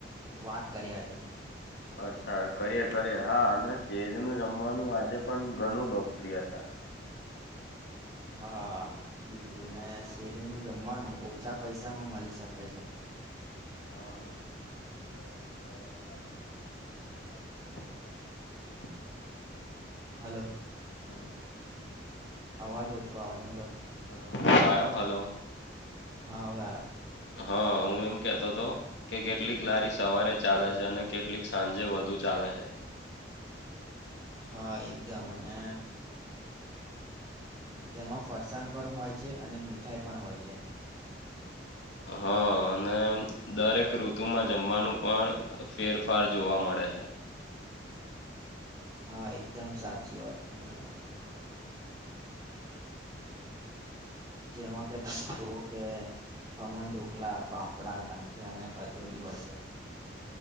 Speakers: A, on the right (about 20°); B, on the left (about 70°).
A: વાત કરીએ આજે,
B: અચ્છા કરીએ કરીએ હા અને શેરીનું જમવાનું આજે પણ ઘણું લોકપ્રિય છે.
A: હા બિલકુલ ને શેરીનુ જમવાનું ઓછા પૈસામાં મલિ શકે છે.
B: હા એ <unintelligible> <inaudible> <unintelligible>
A: હલો
B: હલો
A: અવાજ ઓછો આવે છે, હલો
B: હલો આયો હલો
A: હા હવે આયો,
B: હા હું એમ કેતો તો કે કેટલીક લારી સવારે, ચાલે છે અને કેટલીક સાંજે વધુ ચાલે છે.
A: હા એકદમ અને તેમાં ફરસાણ પણ હોય છે, અને મીઠાઈ પણ હોય છે.
B: હા અને દરેક ઋતુમાં જમવાનું પણ ફેરફાર જોવા મળે છે.
A: હા એકદમ સાચી વાત અને જેમાં કે <unintelligible> કે ખમણ ઢોકલા, ફાફડા, ગાંઠિયા અને કચોરી હોય સે.